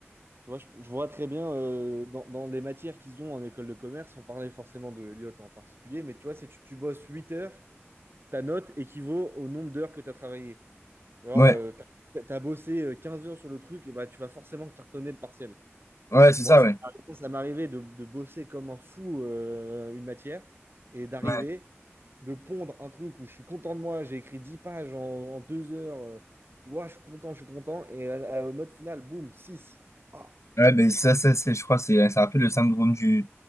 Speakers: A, on the right; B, on the left.
A: Tu vois, je, je vois très bien euh, dans, dans les matières qu'ils ont en école de commerce, sans parler forcément de Elliott en particulier, mais tu vois, si tu, tu bosses 8 heures, ta note équivaut au nombre d'heures que tu as travaillé. Alors,
B: ouais,
A: euh, t'as, t'as bossé euh, 15 heures sur le truc, et bah, tu vas forcément cartonner le partiel.
B: ouais, c'est
A: Moi,
B: ça,
A: ça,
B: ouais.
A: m'arrivait ça m'arrivait de, de bosser comme un fou euh, une matière et d'arriver,
B: Ouais,
A: de pondre un truc où je suis content de moi, j'ai écrit 10 pages en, en 2 heures. euh, tu vois, je suis content, je suis content. Et à, à- note finale, boum, six Ah,
B: ouais ben ça, ça, c'est, je crois, c'est c'est un peu le syndrome du,